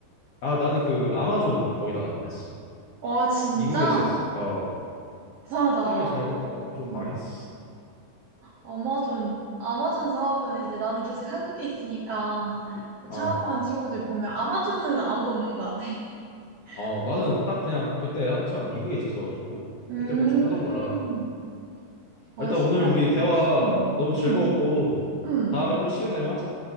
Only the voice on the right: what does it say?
와, 진짜?
대단하다.
응.
아마존, 아마존 사업은 이제 나는 계속 한국에 있으니까
창업하는 친구들 보면 아마존은 아무도 없는 것 같아. <laughs>
어.
음.
와,
신기하다.
응,
응, 응.